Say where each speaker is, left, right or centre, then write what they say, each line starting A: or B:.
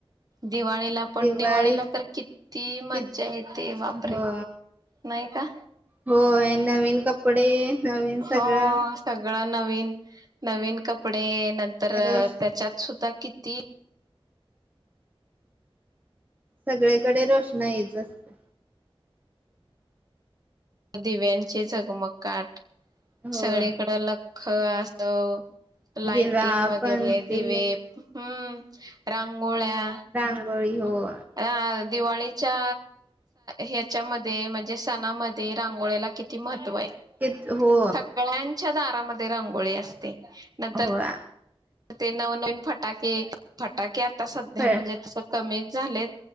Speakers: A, on the right; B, on the right.
A: दिवाळीला पण
B: दिवाळीत
A: दिवाळीला, तर किती मज्जा
B: किती
A: येते. बापरे
B: हो
A: नाही का?
B: होय नवीन कपडे नवीन सगळं
A: हा सगळं नवीन नवीन कपडे. नंतर
B: रोष
A: त्याच्यात सुद्धा किती
B: सगळीकडे रोषणाईच असते.
A: दिव्यांचे झगमगाट.
B: होय
A: सगळीकड ल खं <unintelligible> लाइटिंग
B: दिवा
A: वगैरे
B: पणती
A: दिवे हम्म. रंग मुळ्या
B: रांगोळी हो.
A: <unintelligible> दिवाळीच्या ह्याच्यामध्ये म्हणजे सणामध्ये रांगोळ्याला किती महत त्व हाय.
B: कि हो
A: सगळ्यांच्या दारात <unintelligible> रंगोळी असते. नंतर
B: होया
A: ते नवनवीन फटाके फटाके आ ता सध्या
B: होय
A: म्हणजे तस कमी झाले